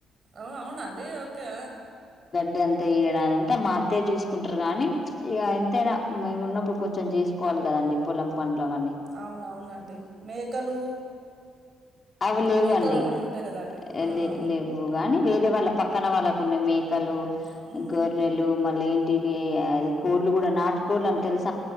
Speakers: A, on the right (about 45°); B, on the left (about 35°).
A: అవునవునా అండి ఓకే
B: టే అంత ఇయడాంతా మా అత్తయ్య చూసుకుంట్రు గానీ. ప్చ్ ఇగా ఎంతైనా మేము ఉన్నప్పుడు కొంచెం చేసుకోవాలి కదండి పొలం పనులు అవన్నీ
A: అవునవునండి మేకలు,
B: అవి లేవు
A: మేకలు
B: అండి.
A: అవన్నీ ఉంటాయి కదా అండి
B: ఆ
A: కానీ
B: లే లేవ్వు గాని వేరే వాళ్ళ, పక్కన వాళ్ళకు ఉన్నాయి. మేకలు,
A: మళ్ళీ ఏంటిది
B: గొర్రెలు మళ్ లేంటివి అది కోళ్లు గూడా, నాటు కోళ్లు అని తెల్స్